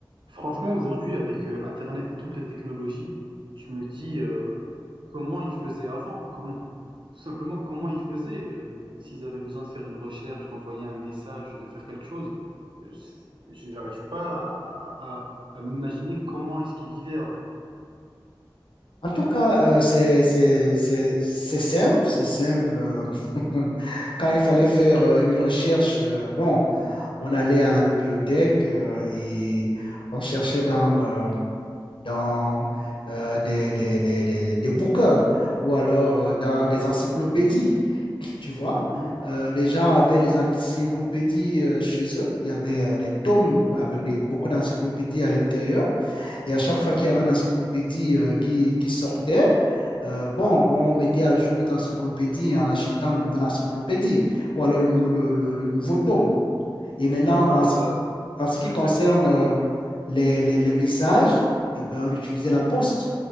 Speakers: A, on the right (about 70°); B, on the left (about 75°).
A: Franchement, aujourd'hui, avec euh, Internet et toutes les technologies, je me dis euh, comment ils faisaient avant, comment, <laughs> tout simplement comment ils faisaient, euh, s'ils avaient besoin de faire une recherche, d'envoyer un message, de faire quelque chose. Euh, c'est- j'arrive pas à, à- à- à m'imaginer comment est-ce qu'ils vivaient avant.
B: En tout cas, euh, c'est c'est- c'est- c'est simple, c'est simple. euh, <laughs> Quand il fallait faire euh, une recherche, euh, bon, on allait à la bibliothèque euh, et on cherchait dans, euh, dans euh, des, des, des, des, des bouquins ou alors euh, dans des encyclopédies, tu vois.
A: Mhm.
B: Euh, des gens avaient des encyclopédies euh, chez eux. Il y avait euh, des tomes avec des, beaucoup d'encyclopédies à l'intérieur. Et à chaque fois
A: Ouais.
B: qu'il y avait une encyclopédie euh, qui, qui sortait, euh, bon, on mettait à jour notre encyclopédie en achetant une nouvelle encyclopédie ou alors le, le- le- le nouveau tome. Et maintenant,
A: C'est ça,
B: en,
A: ouais,
B: ce
A: bah,
B: en ce
A: exactement.
B: qui concerne euh, les, les- les messages, eh ben, on utilisait la poste.